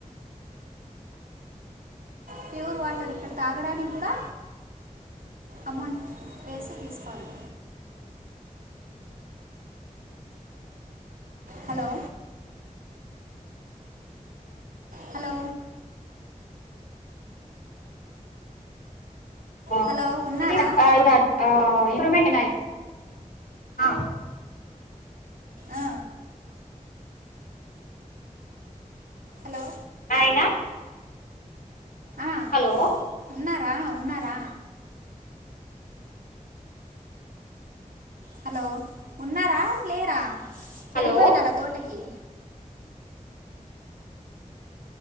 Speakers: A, on the right; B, on the left.
A: ప్యూర్ వాటర్ ఇక్కడ తాగడానికి కూడా అమౌంట్ వేసి తీసుకోవాలి హలో హలో
B: ఆ
A: హలో ఉన్నారా
B: <unintelligible> అట్ట <unintelligible> హ
A: ఆ, హలో
B: అయినా
A: ఆ,
B: హలో
A: ఉన్నారా ఉన్నారా హలో ఉన్నారా లేరా
B: హలో
A: ఎళ్ళిపోయినారా తోటకి